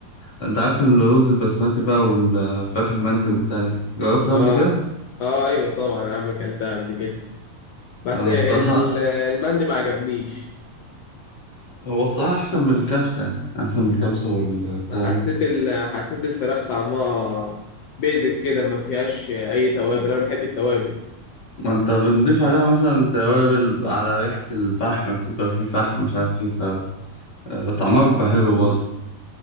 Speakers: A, on the left; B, on the left.
A: انت عارف الرز البسمتي بقى والفراخ المندي وبتاع دي جربتها
B: اه
A: قبل كده
B: اه ايوه طبعا يا عم اكلتها قبل كده بس
A: اه
B: ال-
A: الصراحه
B: المندي ما عجبنيش
A: هو الصراحه احسن من الكبسه يعني احسن من الكبسه والبتاع
B: انا
A: دي
B: حسيت ال... حسيت الفراخ طعمها بيزك كده ما فيهاش اي توابل انا بحب التوابل
A: ما انت بنضيف عليها مثلا توابل على ريحه الفحم بتبقى فيه فحم مش عارف فيه ف آه، طعمها بيبقى حلو برضه